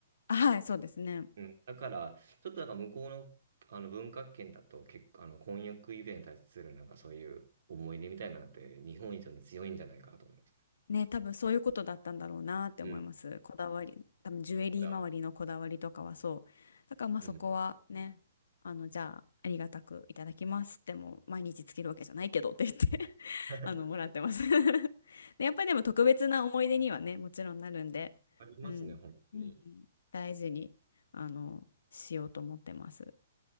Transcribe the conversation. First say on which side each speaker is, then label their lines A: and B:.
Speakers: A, on the left; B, on the right.
A: あはいそうですね
B: うん。だから、ちょっとなんか向こうの、あの文化圏だと結構、あの婚約指輪に対するなんかそういう思い入れみたいなのって日本以上に強いんじゃないかなと思います。
A: ね、多分そういうことだったんだろうなって思います。
B: うん。
A: こだわり、多分ジュエリー周りのこだわりとかはそう。
B: こだわ
A: だからまあそこはね、
B: り。うん。
A: あの、じゃあありがたくいただきますってもう毎日つけるわけじゃないけどって言って <laughs>
B: <laughs>
A: あの、もらってます <laughs> で、やっぱりでも特別な思い出にはね、もちろんなるんで、
B: ありますね、
A: うん、
B: 本当に。
A: うん、大事に、あの、しようと思ってます。